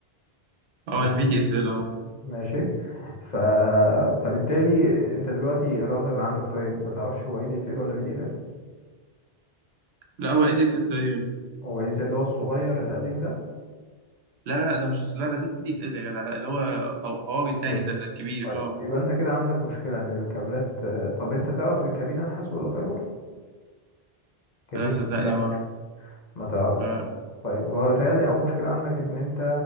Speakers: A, on the left; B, on the right.
A: ماشي
B: اه الفي دي اس ال اه
A: ماشي ف... فبالتالي انت دلوقتي الراوتر اللي عندك طيب ما تعرفش هو اي دي اس ال ولا في دي اس ال
B: لا هو اي دي اس ال تقريبا
A: هو اي دي اس ال اللي هو الصغير القديم ده
B: لا لا لا ده مش لا ده في دي اس ال يا جدع لا اللي هو هو- هواوي
A: اوكي
B: تاني ده الكبير
A: طيب
B: اه
A: يبقى انت كده عندك مشكلة ان الكابلات طب انت تعرف الكابينة نحاس ولا فايبر كابينة
B: لا صدقني
A: نفسها
B: ما اعرف
A: ما تعرفش
B: لا
A: طيب هو بيتهيألي أول مشكلة عندك إن أنت